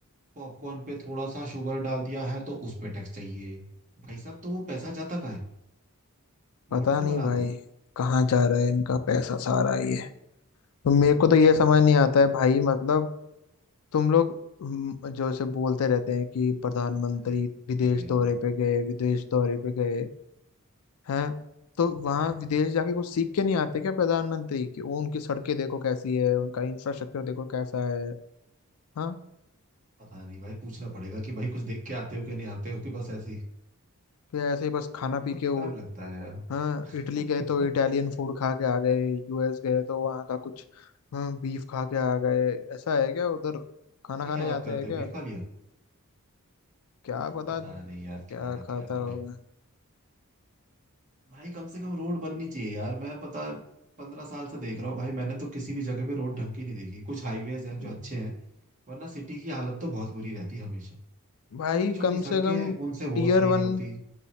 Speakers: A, on the right; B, on the left.
A: पॉपकॉर्न पे थोड़ा सा शुगर डाल दिया है तो उस पे टैक्स चाहिए भाई साहब तो वो पैसा जाता कहाँ है
B: पता
A: रोड तो
B: नहीं
A: बना
B: भाई
A: दो
B: कहाँ जा रहा है इनका पैसा सारा ये तो मेरे को तो ये
A: रोड
B: समझ
A: बना
B: नहीं
A: दिया
B: आता है भाई मतलब तुम लोग हम्म, जो से बोलते रहते हैं कि प्रधानमंत्री
A: बना दिया कुछ
B: विदेश
A: भी करते हैं ये
B: दौरे
A: लोग
B: पे गए विदेश दौरे पे गए हैं तो वहाँ विदेश जाके कुछ सीख के नहीं आते क्या प्रधानमंत्री कि वो उनकी सड़कें देखो कैसी है उनका इंफ्रास्ट्रक्चर देखो कैसा है हाँ
A: पता नहीं भाई पूछना पड़ेगा कि भाई कुछ देख के आते हो कि नहीं आते हो कि बस ऐसे ही
B: तो ऐसे ही बस खाना
A: बहुत
B: पी के
A: बेकार
B: वो
A: लगता है यार
B: हाँ
A: <laughs>
B: इटली गए तो इटालियन फूड खा के आ गए यूएस गए तो वहाँ का कुछ हाँ बीफ खा के आ गए ऐसा है क्या उधर खाना
A: अरे
B: खाने
A: क्या
B: जाते
A: बात करते
B: हैं क्या
A: हो बीफ खा लिया
B: क्या पता
A: पता नहीं यार
B: क्या
A: क्या
B: खाता
A: क्या बोले
B: होगा
A: भाई कम से कम रोड बननी चाहिए यार मैं पता पंद्रह साल से देख रहा हूँ भाई मैंने तो किसी भी जगह पे रोड ढंग की नहीं देखी कुछ हाईवेज हैं जो
B: हम्म।
A: अच्छे हैं वरना सिटी की हालत तो बहुत बुरी रहती है हमेशा
B: भाई
A: छोटी छोटी
B: कम
A: सड़कें
B: से कम
A: हैं उनसे
B: tier
A: वो सही नहीं
B: one
A: होती